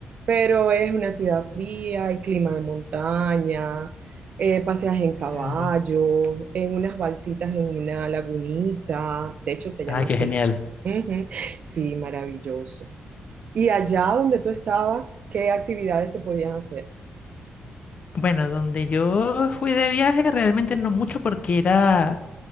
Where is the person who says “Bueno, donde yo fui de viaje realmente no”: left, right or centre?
Left